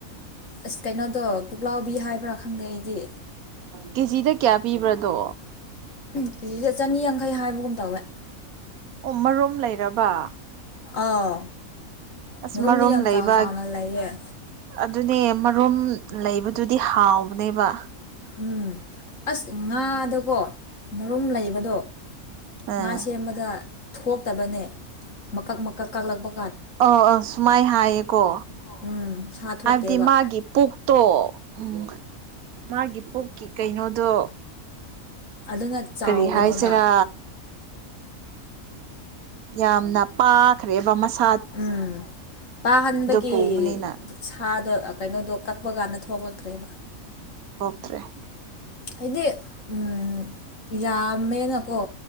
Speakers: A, on the left (about 60°); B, on the right (about 80°).
A: ꯑꯁ ꯀꯩꯅꯣꯗꯣ ꯄꯨꯛꯂꯥꯎꯕꯤ ꯍꯥꯏꯕ꯭ꯔꯥ ꯈꯪꯗꯦ ꯑꯩꯗꯤ
B: ꯀꯦꯖꯤꯗ ꯀꯌꯥ ꯄꯤꯕ꯭ꯔꯗꯣ
A: ꯀꯖꯤꯗ ꯆꯅꯤ ꯌꯥꯡꯈꯩ ꯍꯥꯏꯕꯒꯨꯝ ꯇꯧꯋꯦ
B: ꯎꯃꯔꯣꯝ ꯂꯩꯔꯕ
A: ꯑꯥꯎ
B: ꯑꯁ
A: ꯃꯔꯨꯝꯗꯤ
B: ꯃꯔꯨꯝ
A: ꯌꯥꯝ
B: ꯂꯩꯕ
A: ꯆꯥ ꯆꯥꯅ ꯂꯩꯌꯦꯦ
B: ꯑꯗꯨꯅꯦ ꯃꯔꯨꯝ ꯂꯩꯕꯗꯨꯗꯤ ꯍꯥꯎꯕꯅꯦꯕ
A: ꯎꯝ ꯑꯁ ꯉꯥꯗꯀꯣ
B: ꯎꯝ
A: ꯃꯔꯨꯝ ꯂꯩꯕꯗꯣ
B: ꯑꯥ
A: ꯉꯥ ꯁꯦꯝꯕꯗ ꯊꯣꯛꯇꯕꯅꯦ ꯃꯀꯛ ꯃꯀꯛ ꯀꯥꯛꯛꯄ
B: ꯑꯥ ꯑꯥ ꯁꯨꯃꯥꯏ ꯍꯥꯏꯌꯦꯀꯣ
A: ꯎꯝ ꯁꯥ ꯊꯣꯛꯇꯦꯕ
B: ꯍꯥꯏꯕꯗꯤ ꯃꯥꯒꯤ ꯄꯨꯛꯇꯣ ꯎꯝ ꯃꯥꯒꯤ ꯄꯨꯛꯀꯤ ꯀꯩꯅꯣꯗꯣ
A: ꯑꯗꯨꯅ ꯆꯥꯎꯕꯅꯦꯕ
B: ꯀꯔꯤ ꯍꯥꯏꯁꯤꯔꯥ ꯌꯥꯝꯅ ꯄꯥꯈ꯭ꯔꯦꯕ ꯃꯁ
A: ꯎꯝ ꯄꯥꯍꯟꯕꯒꯤ
B: ꯄꯨꯕꯅꯤꯅ
A: ꯁꯥꯗꯣ ꯀꯩꯅꯣꯗꯣ ꯀꯛꯄ ꯀꯥꯟꯗ ꯊꯣꯛꯂꯛꯇ꯭ꯔꯦꯕ
B: ꯠꯇ꯭ꯔꯦ
A: ꯍꯥꯏꯗꯤ ꯎꯝ ꯌꯥꯝꯃꯦꯅꯀꯣ